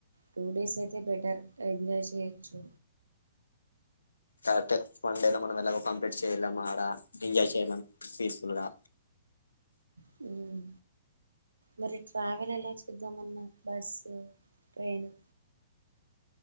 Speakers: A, on the right; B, on the left.
A: టూ డేస్ అయితే బెటర్. ఎంజాయ్ చేయయిచ్చు.
B: కరెక్ట్ ఎ. వన్ డే లో మనం ఎలాగో కంప్లీట్ చేయలేం ఆడ ఎంజాయ్ చేయలేం పీస్ఫుల్ గా.
A: హ్మ్ మరి ట్రావెలెలా చేద్దామన్నార్ బస్సు, ట్రైను